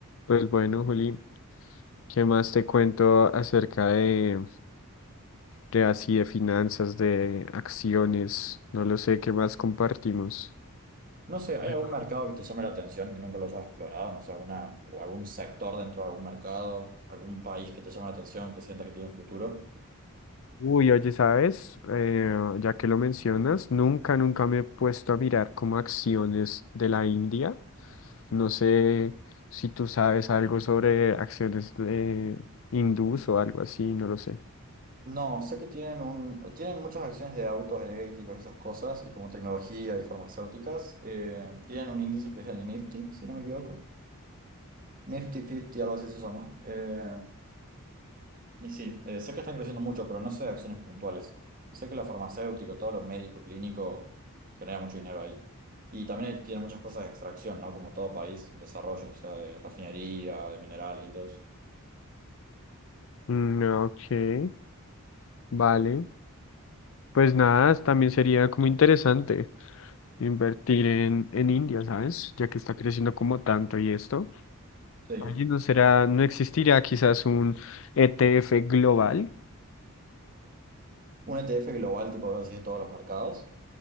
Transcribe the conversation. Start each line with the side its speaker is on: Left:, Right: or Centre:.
Left: Pues bueno, Juli, ¿qué más te cuento acerca de, de así de finanzas, de acciones? No lo sé, ¿qué más compartimos?
Right: No sé, ¿hay
Left: Ay,
Right: algún
Left: bueno.
Right: mercado que te llame la atención que nunca los has explorado? No sé, alguna, o algún sector dentro de algún mercado, algún país que te llame la atención, que sientas que tiene futuro.
Left: Uy, oye, ¿sabes? Eh, ya que lo mencionas, nunca, nunca me he puesto a mirar como acciones de la India. No sé si tú sabes algo sobre acciones de hindús o algo así, no lo sé.
Right: No, sé que tienen un, tienen muchas acciones de autos eléctricos y esas cosas, y como tecnología y farmacéuticas. Eh, tienen un índice que es el Nifty, si no me equivoco. Nifty 50, algo así se llama. Eh, Y sí, eh, sé que están creciendo mucho, pero no sé de acciones puntuales. Sé que lo farmacéutico, todo lo médico, clínico, genera mucho dinero ahí. Y también hay- tiene muchas cosas de extracción, ¿no? Como todo país, en desarrollo, o sea, de refinería, de minerales y todo eso.
Left: Mm, ok, vale. Pues nada, también sería como interesante. invertir en, en India, ¿sabes? Ya que está creciendo como tanto y esto.
Right: Sí.
Left: Allí no será, no existirá quizás un ETF global,
Right: Un ETF global, tipo, así de todos los mercados.